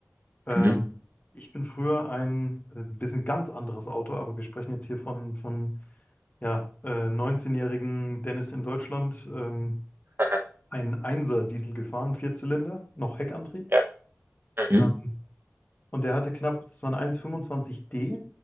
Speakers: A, on the left (about 35°); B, on the right (about 50°).
A: Äh,
B: Mhm.
A: ich bin früher ein äh, bisschen ganz anderes Auto, aber wir sprechen jetzt hier von, von ja, äh, 19-jährigen Dennis in Deutschland, ähm,
B: <laughs> Aha.
A: ein 1 Diesel gefahren, Vierzylinder, noch Heckantrieb.
B: Ja. Mhm.
A: Ja. Und der hatte knapp, das war ein 1,25D,